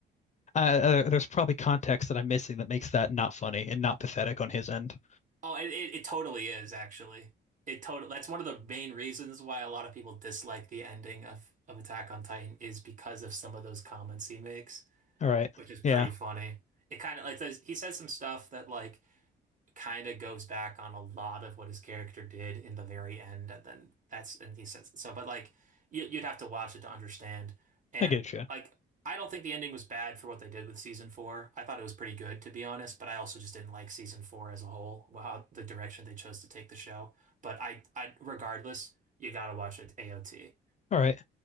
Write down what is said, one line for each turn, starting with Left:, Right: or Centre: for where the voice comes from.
Left: there's probably context that I'm missing that makes that not funny and not pathetic on his end.
Right: Oh, it, it, it totally is actually. It total that's one of the main reasons why a lot of people dislike the ending of, of Attack on Titan is because of some of those comments he makes,
Left: All right.
Right: which is pretty
Left: Yeah,
Right: funny. It kind of like says he says some stuff that like kind of goes back on a lot of what his character did in the very end, and then that's and he says so. But like you, you'd have to watch it to understand. And
Left: I get you.
Right: like I don't think the ending was bad for what they did with season four. I thought it was pretty good to be honest, but I also just didn't like season four as a whole. Wow, the direction they chose to take the show. But I, I regardless, you gotta watch it AOT.
Left: All right.